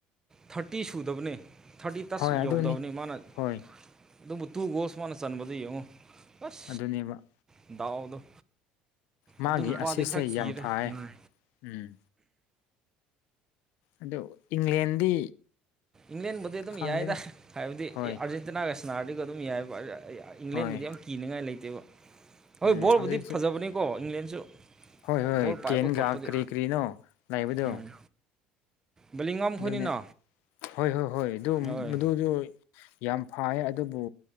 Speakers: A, on the right; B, on the left.
A: ꯊꯥꯔꯇꯤ ꯁꯨꯗꯕꯅꯤ ꯊꯥꯔꯇꯤ ꯇꯁ
B: ꯍꯣꯏ
A: ꯌꯧꯗꯕꯅꯤ
B: ꯑꯗꯨꯅꯤ
A: ꯃꯥꯅ
B: ꯍꯣꯏ
A: ꯑꯗꯨꯕꯨ ꯇꯨ ꯒꯣꯜꯁ ꯃꯥꯅ ꯆꯟꯕꯗ ꯌꯦꯡꯉꯨ ꯑꯁ
B: ꯑꯗꯨꯅꯦꯕ
A: ꯗꯥꯎꯗꯣ
B: ꯃꯥꯒꯤ
A: ꯑꯗꯨ ꯅꯨꯄꯥꯗꯤ
B: ꯑꯁꯤꯁꯁꯦ
A: ꯈꯔ ꯀꯤꯔꯦ
B: ꯌꯥꯝ ꯐꯌꯦ
A: ꯎꯝ
B: ꯎꯝ ꯑꯗꯨ ꯏꯪꯂꯦꯟꯗꯤ
A: ꯏꯪꯂꯦꯟꯕꯨꯗꯤ ꯑꯗꯨꯝ
B: ꯈꯪꯗꯦꯗ
A: ꯌꯥꯏꯗ ꯍꯥꯏꯕꯗꯤ
B: ꯍꯣꯏ
A: ꯑꯥꯔꯖꯦꯟꯇꯤꯅꯥꯒ ꯁꯅꯥꯔꯗꯤꯒ ꯑꯗꯨꯝ ꯌꯥꯏ ꯏꯪꯂꯦꯟꯕꯨꯗꯤ
B: ꯍꯣꯏ
A: ꯌꯥꯝ ꯀꯤꯅꯉꯥꯏ ꯂꯩꯇꯦꯕ ꯍꯣꯏ
B: ꯎꯝ
A: ꯕꯣꯜꯕꯨꯗꯤ
B: ꯍꯧꯖꯤꯛꯁꯨ
A: ꯐꯖꯕꯅꯦꯀꯣ ꯏꯪꯂꯦꯟꯁꯨ
B: ꯍꯣꯏ ꯍꯣꯏ
A: ꯕꯣꯜ ꯄꯥꯏꯕ
B: ꯀꯦꯟꯒ
A: ꯈꯣꯠꯄꯗꯤ
B: ꯀꯔꯤ ꯀꯔꯤꯅꯣ ꯂꯩꯕꯗꯨ
A: ꯎꯝ ꯕꯦꯂꯤꯡꯉꯝ
B: ꯑꯗꯨꯅꯦ
A: ꯈꯣꯏꯅꯤꯅ
B: ꯍꯣꯏ ꯍꯣꯏ ꯍꯣꯏ ꯑꯗꯨ
A: ꯍꯣꯏ
B: ꯃꯗꯨꯗꯨ ꯌꯥꯝ ꯐꯥꯏ ꯑꯗꯨꯕꯨ